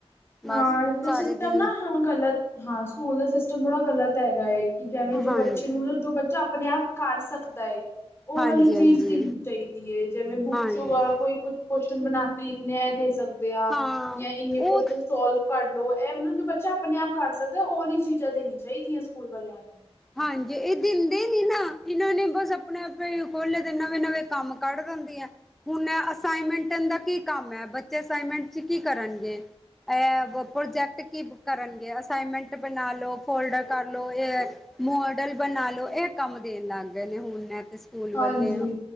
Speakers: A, in the centre; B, on the left.
A: ਬਸ
B: ਹਾਂ
A: ਸਾਰੇ
B: ਸਿਸਟਮ
A: ਦਿਨ
B: ਨਾ ਹਾਂ ਗਲਤ ਹਾਂ ਸਕੂਲ ਦਾ ਸਿਸਟਮ ਥੋੜਾ ਗ਼ਲਤ ਹੈਗਾ ਐ, ਜੈਵੇ ਜੋ
A: ਹਾਂਜੀ
B: ਬੱਚੇ ਨੂੰ ਮਤਲਬ ਜੋ ਬੱਚਾ ਆਪਣੇ ਆਪ ਕਰ ਸਕਦਾ ਐ, ਉਹ
A: ਹਾਂਜੀ
B: ਵਾਲੀ ਚੀਜ਼
A: ਹਾਂਜੀ।
B: ਦੇਣੀ ਚਾਹੀਦੀ ਦੀਏ, ਜਿਵੇਂ ਬੁੱਕ
A: ਹਾਂਜੀ
B: ਚੋਂ ਕੋਈ ਕੁ ਕੁਸ਼ਚਨ ਬਣਾ ਕੇ ਲਿਖਣੇ ਇਹ ਦੇ ਸਕਦੇ ਆ।
A: ਹਾਂ
B: ਯਾ ਇੰਨੇ ਕੀਊਸ਼ਨਸ
A: ਉਹ
B: ਸੋਲਵ ਕਰ ਲਓ, ਇਹ ਮਤਲਬ ਜੋ ਬੱਚਾ ਆਪਣੇ ਆਪ ਕਰ ਸਕਦਾ ਉਹ ਈ ਚੀਜ਼ਾਂ ਦੇਣੀ ਚਾਹੀਦੀਆਂ ਸਕੂਲ ਵਾਲਿਆਂ ਨੂੰ।
A: ਹਾਂਜੀ ਇਹ ਦਿੰਦੇ ਨੀ ਨਾ, ਇਹਨਾਂ ਨੇ ਬਸ ਆਪਣੇ ਆਪਣੇ ਖੋਲਲੇ ਦੇ ਨਵੇਂ ਨਵੇਂ ਕੰਮ ਕੱਢ ਦਿੰਦੇ ਆ। ਹੁਣ ਐ ਅਸਾਈਨਮੈਂਟ ਦਾ ਕੀ ਕੰਮ ਐ, ਬੱਚੇ ਅਸਾਈਨਮੈਂਟ ਚ ਕੀ ਕਰਨਗੇ। ਅ ਪ੍ਰੋਜੈਕਟ ਕੀ ਕਰਨਗੇ, ਅਸਾਈਮੈਂਟ ਬਣਾ ਲੋ ਫੋਲਡ ਕਰ ਲੋ ਇਹ ਏ ਮੋਡਲ ਬਣਾ ਲੋ, ਇਹ ਕੰਮ ਦੇਣ ਲੱਗ ਗਏ ਨੇ ਹੁਣ ਐ ਤੇ ਸਕੂਲ
B: ਹਾਂਜੀ,
A: ਵਾਲੇ